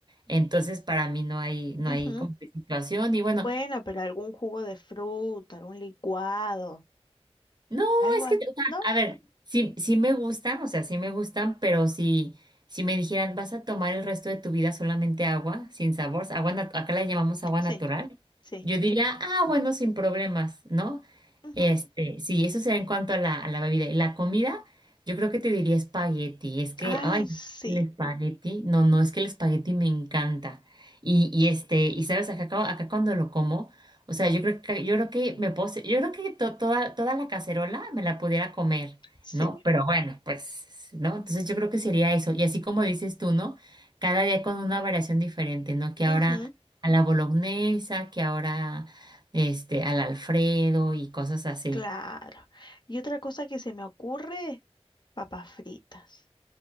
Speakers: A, on the right; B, on the left.
A: Entonces, para mí no hay no
B: Ujú.
A: hay como que situación y bueno,
B: Bueno, pero algún jugo de fruta, algún licuado,
A: No,
B: algo
A: es
B: así,
A: que, o sea,
B: ¿no?
A: a ver, sí, sí me gustan, o sea, sí me gustan, pero si, si me dijeran, vas a tomar el resto de tu vida solamente agua, sin sabor, agua nat- acá la llamamos agua
B: Sí,
A: natural,
B: sí.
A: yo diría, ah, bueno, sin problemas, ¿no?
B: ujú.
A: Este, sí, eso será en cuanto a la, a la bebida. Y la comida, yo creo que te diría espagueti. Es que,
B: Ay,
A: ay,
B: sí,
A: el espagueti. No, no, es que el espagueti me encanta. Y, y este, y sabes, acá, cua- acá cuando lo como, o sea, yo creo que, yo creo que me puedo, se- yo creo que to- toda, toda la cacerola me la pudiera comer,
B: sí.
A: ¿no? Pero bueno, pues, ¿no? Entonces yo creo que sería eso. Y así como dices tú, ¿no? Cada día con una variación diferente, ¿no? Que
B: ujú,
A: ahora a la bolognesa, que ahora este, al Alfredo y cosas así.
B: Claro. Y otra cosa que se me ocurre, papas fritas.